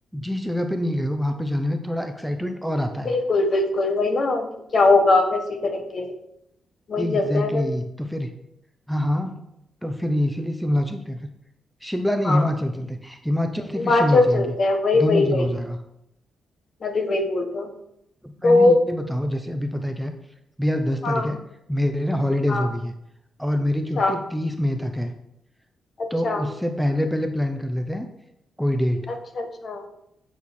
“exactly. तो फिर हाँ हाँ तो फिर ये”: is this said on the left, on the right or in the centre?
Centre